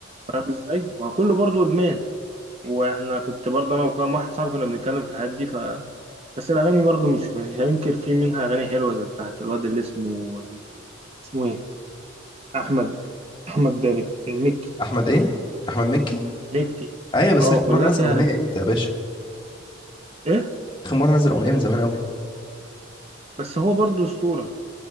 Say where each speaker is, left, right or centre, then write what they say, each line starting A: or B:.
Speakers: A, on the right; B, on the left.
A: فاهم ازاي وكله برضو ادمان واحنا كنت برضو انا وكام واحد صاحبي كنا بنتكلم في الحاجات دي ف بس الاغاني برضو مش مش هننكر في منها اغاني حلوه زي بتاعه الواد اللي اسمه اسمه ايه احمد احمد ده مك- مكي
B: أحمد إيه؟ أحمد مكي؟
A: مكي
B: أيوة بس
A: اه
B: آخر مرة
A: كلها
B: نزل
A: فيها
B: أغنية
A: رسالة
B: إمتى يا باشا؟
A: ايه
B: آخر مرة نزل أغنية من زمان أوي
A: بس هو برضو اسطوره